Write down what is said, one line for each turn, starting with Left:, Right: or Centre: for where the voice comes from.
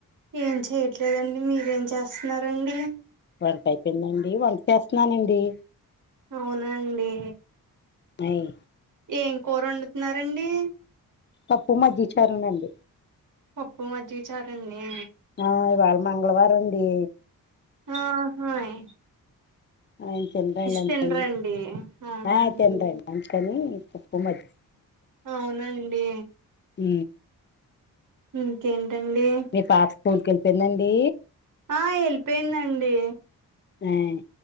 Right: ఏం చేయట్లేదండి మీరేం చేస్తున్నారండి
Left: వంట అయిపోయిందండి వంట చేస్తున్నానండి.
Right: అవునాండి.
Left: నయి.
Right: ఏం కూర వండుతున్నారండి.
Left: తప్పు మజ్జిగా చారునండి.
Right: పప్పు మజ్జిగ చారంన్నీ.
Left: ఆ ఇవాళ మంగళవారం అండి.
Right: ఆహయ్.
Left: ఆయన తినరండి అందుకని
Right: తినరండి అవునండి
Left: ఆ తినరండి అందుకని పప్పు మజ్జి.
Right: అవునండి.
Left: ఉ.
Right: ఇంకేంటండి.
Left: మీ పాప స్కూల్కి ఎల్లిపోయిందండి.
Right: ఆ ఏళ్ళిపోయిందండి.
Left: అయ్.